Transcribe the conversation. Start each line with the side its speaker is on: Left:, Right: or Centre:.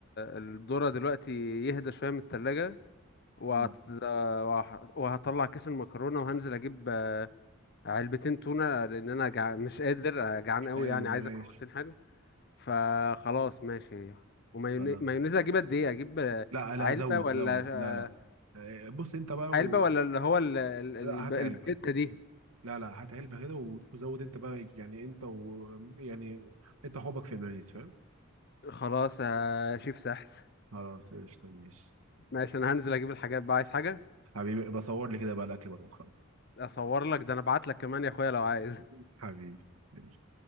Left: الذرة دلوقتي يهدى شوية من التلاجة وهت...
Right: مم،
Left: وه- وهطلع كيس المكرونة وهنزل اجيب علبتين تونة لان انا جع... مش قادر جعان قوي
Right: حلو
Left: يعني عايز
Right: ماشي
Left: اكل بروتين حلو فخلاص ماشي ومايونيز
Right: الله
Left: مايونيز اجيب قد ايه اجيب
Right: لا لا
Left: علبة
Right: زود
Left: ولا
Right: زود لا لا إيه، بص انت بقى
Left: علبة
Right: و...
Left: ولا اللي هو ال... ال... ال-
Right: لا هات
Left: الباكيتة
Right: علبه
Left: دي
Right: لا لا هات علبة كده و- وزود انت بقى يعني انت و يعني انت حبك في المايونيز فاهم
Left: خلاص يا شيف سحس
Right: خلاص قشطة ماشي
Left: ماشي انا هنزل اجيب الحاجات بقى عايز حاجة
Right: حبيبي بصور لي كده بقى الاكل بقى خلاص
Left: اصور لك ده انا ابعت لك كمان يا اخويا لو عايز
Right: <laughs> حبيبي ماشي